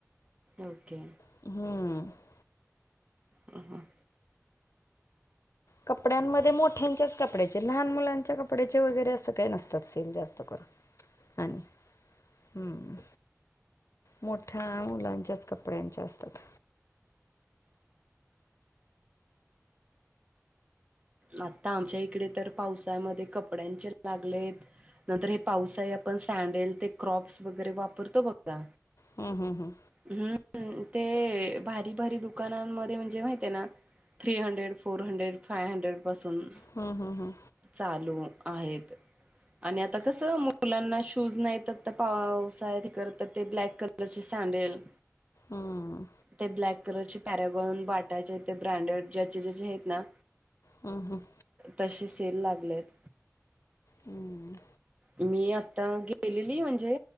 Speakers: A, on the right; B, on the left.
A: ओके
B: हम्म
A: ह ह
B: कपड्यांमध्ये मोठ्यांच्याच कपड्याचे लहान मुलांच्या कपड्याचे वगैरे असं काही नसतात सेल जास्त करून आणि हम्म मोठ्या मुलांच्याच कपड्यांच्या असतात.
A: आता आमच्या इकडे तर पावसायमध्ये कपड्यांचे लागलेत नंतर हे पावसाळी आपण सँडेल ते क्रॉप्स वगैरे वापरतो बघा
B: हम्म हम्म हम्म
A: हम्म ते भारी भारी दुकानांमध्ये म्हणजे माहित आहे ना three hundred four hundred five hundred, पासून!
B: हू हू हू!
A: चालू आहेत आणि आता कसं. मुलांना शूज नाहीत आता पावसाळ्यात हे करता ते ब्लॅक कलरचे सँडेल.
B: हम्म
A: ते ब्लॅक कलरचे पॅरगॉन, बाटाचे ते ब्रँडेड ज्याचे ज्याचे हेत ना.
B: हू हू!
A: तसे सेल लागलायत.
B: हम्म
A: मी आता गेली. ली म्हणजे